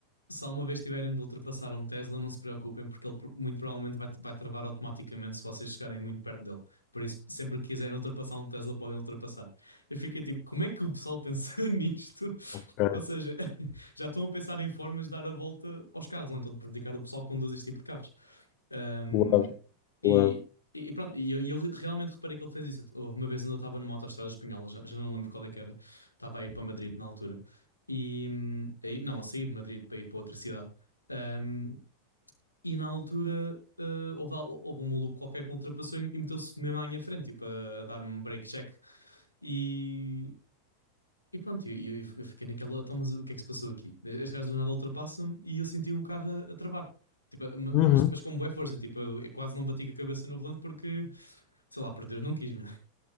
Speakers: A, on the left (about 85°); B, on the left (about 40°).
A: se alguma vez tiverem de ultrapassar um Tesla, não se preocupem, porque ele pro- muito provavelmente vai, vai travar automaticamente se vocês chegarem muito perto dele. Por isso, sempre que quiserem ultrapassar um Tesla, podem ultrapassar. Eu fiquei tipo, como é que o pessoal pensa <laughs> nisto?
B: Ok,
A: Ou seja, <laughs> já estão a pensar em formas de dar a volta aos carros, ou então de prejudicar o pessoal que conduz este tipo de carros. Um,
B: claro,
A: e,
B: claro.
A: e pronto, e eu, e eu realmente reparei que ele fez isso. Houve uma vez onde eu estava numa autoestrada espanhola, já, já não lembro qual é que era, estava a ir para Madrid na altura, e hum, aí, não, a sair de Madrid para ir para outra cidade. Hum, e na altura eh, houve, al- houve um maluco qualquer que me ultrapassou e, e meteu-se mesmo à minha frente, tipo, a, a dar-me um break check. E, e pronto, eu, eu- eu fiquei naquela, então, mas o que é que se passou aqui? Este gajo do nada ultrapassa-me e eu senti o carro a, a travar. Tipo, ma- mas,
B: Uhum.
A: mas com boa força, tipo, eu quase não bati com a cabeça no volante porque, sei lá, por Deus, não quis mesmo.